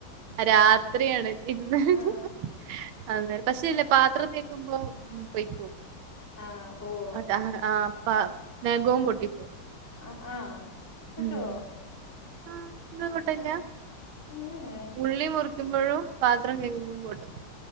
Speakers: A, on the right; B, on the left.
A: രാത്രിയാണ് ഇട്ണത്
B: ആഹ്
A: അന്നേരം പശ്ശേല്ലേ പാത്രം തേക്കുമ്പോ പൊയ്പോവും
B: ആഹ് പോവോ
A: അതാ ആഹ് പാ നെഖോം പൊട്ടിപ്പോവും.
B: ആഹ് ആഹ്
A: ഉം
B: പൊട്ടുവോ
A: ഇങ്ങൾത്പൊട്ടല്
B: ആഹ്
A: ല്ല?.
B: ഏഹ്
A: ഉള്ളി മുറിക്കുമ്പഴും പാത്രം കഴുകുമ്പം പൊട്ടും.